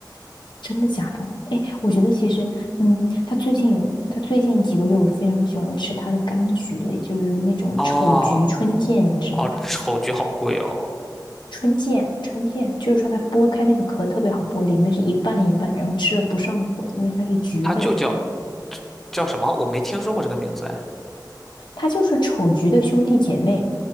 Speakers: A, on the left; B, in the centre.
A: 真的假的？哎，我觉得其实，嗯，他最近有，他最近几个月我都非常喜欢吃他的柑橘类，就是那种丑橘春见，
B: 哦
A: 你知道吧？
B: 哦，丑橘好贵哦，
A: 春见，春见，就是说它剥开那个壳特别好剥，里面是一半一半，然后吃了不上火，因为它是橘类，
B: 它就叫叫什么？我没听说过这个名字哎。
A: 它就是丑橘的兄弟姐妹，